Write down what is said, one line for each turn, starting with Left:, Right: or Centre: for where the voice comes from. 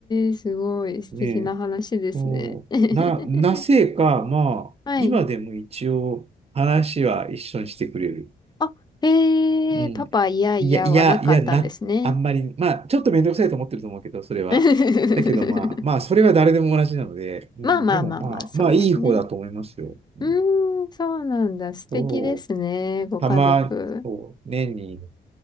Left: ー、すごい素敵な話ですね。
Right: う。ねえ、そう、
Left: <laughs>
Right: な、なぜか、まあ、
Left: はい。
Right: 今でも一応話は一緒にしてくれる。
Left: あ、えー、
Right: うん。
Left: パパ、いやいやはなかったんですね。
Right: いや、いや、いや、な、あんまり、まあ、ちょっとめんどくさいと思ってると思うけど、それは。
Left: <laughs>
Right: だけど、まあ、まあ、それは誰でも同じなので、うん、
Left: まあまあまあまあ、
Right: でも、まあ、
Left: そうですね。
Right: まあ、いい方だと思いますよ。うん、
Left: うーん、そうなんだ。素敵ですね、
Right: そう、
Left: ご家族。
Right: たま、そう、年に